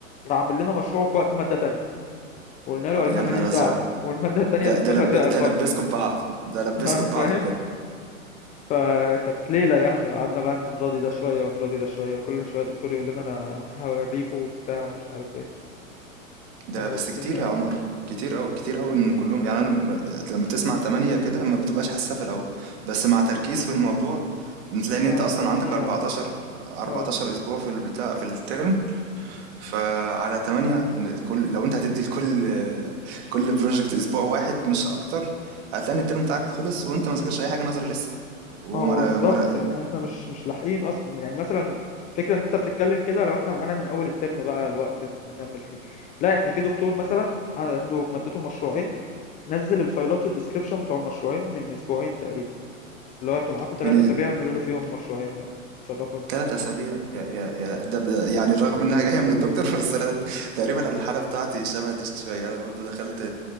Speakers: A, on the left; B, on the right.
A: راح عامل لنا مشروع في وقت مادة تانية وقلنا له
B: آه،
A: قال لنا
B: يا نهار
A: ماليش
B: ازرق
A: دعوة والمادة التانية
B: ده
A: دكتورها
B: ده لب...
A: زعل
B: ده
A: برضه
B: لبسكوا في بعض ده لبسكوا
A: <laughs>
B: في بعض
A: فاهم
B: بجد
A: فكانت ليلة يعني قعدنا بقى نراضي ده شوية ونراضي ده شوية وكل شوية دكتور يقول لنا أنا هوريكوا وبتاع ومش عارف ايه
B: ده
A: فالدنيا
B: بس كتير يا عمر كتير أوي كتير أوي ان كلهم يعني انا ل- لما تسمع تمانية كده ما بتبقاش حاسسها في الاول بس مع تركيز في الموضوع تلاقي ان
A: اه
B: انت اصلا
A: تمانية
B: عندك 14 14
A: اه
B: اسبوع في البتاع في الترم فعلى تمانية كل لو انت هتدي لكل كل بروجكت اسبوع واحد مش اكتر هتلاقي ان الترم بتاعك خلص وانت ما ذاكرتش اي حاجه نظري لسه ومرة
A: ما هو بالظبط
B: مرة
A: يعني احنا مش مش لاحقين أصلا يعني مثلا فكرة إن أنت بتتكلم كده لو احنا معانا من أول الترم بقى الوقت نكمل فيه لا احنا في دكتور مثلا عنده في مادته مشروعين نزل الفايلات والديسكريبشن بتوع المشروعين من أسبوعين تقريبا اللي هو انتوا معاكوا تلات
B: من
A: أسابيع اعملوا له فيهم مشروعين بقى اتصرفوا انتوا
B: 3 أسابيع يا يا يا ده ب- يعني رغم إنها جاية من الدكتور <laughs> بس أنا تقريبا الحالة بتاعتي شبه دي شوية أنا برضو دخلت